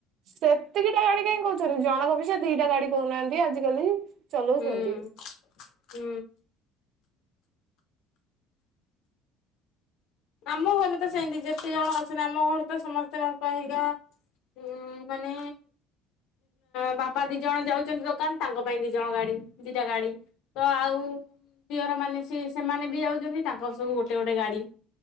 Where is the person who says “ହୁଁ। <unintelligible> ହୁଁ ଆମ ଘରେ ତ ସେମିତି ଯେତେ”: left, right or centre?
Left